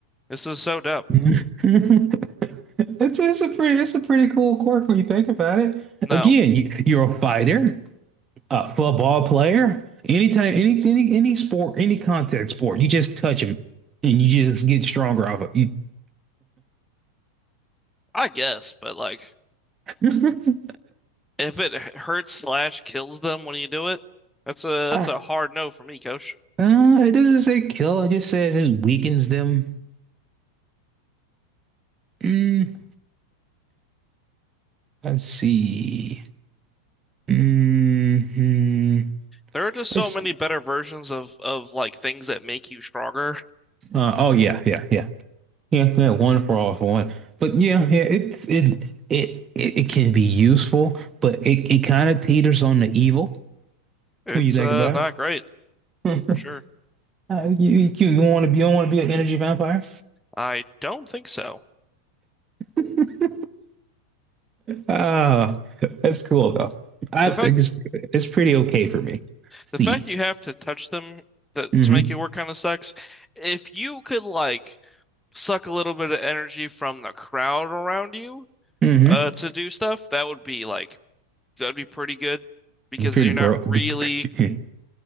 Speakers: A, in the centre; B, on the right.
A: This is so dumb.
B: <laughs> It's, it's a pretty it's a pretty cool quirk when you think about it.
A: No,
B: Again, you, you're a fighter. A football player, anytime, any any any sport, any contact sport, you just touch him, and you just get stronger off of you.
A: I guess, but like
B: <laughs>
A: if it hurts slash kills them when you do it, that's a that's
B: uh,
A: a hard no for me, coach.
B: it doesn't say kill. It just says it weakens them. Mm, let's see. hmm
A: There are just
B: Let's.
A: so many better versions of of like things that make you stronger.
B: Uh, oh yeah, yeah, yeah, yeah, yeah. One for all for one. But yeah, yeah. It's it it it, it can be useful, but it it kind of teeters on the evil
A: It's
B: when you think
A: uh
B: about
A: not great
B: it.
A: for
B: <laughs>
A: sure.
B: Uh, you, you, you want to be, you don't want to be an energy vampire?
A: I don't think so.
B: <laughs> Ah, that's cool though. I
A: The
B: think
A: fact
B: it's it's pretty okay for me.
A: the
B: See.
A: fact you have to touch them that
B: Mm-hmm.
A: to make it work kind of sucks. If you could like suck a little bit of energy from the crowd around you
B: Mm-hmm.
A: uh to do stuff, that would be like that'd be pretty good because
B: Be pretty
A: you're not
B: bro
A: really
B: be, <laughs>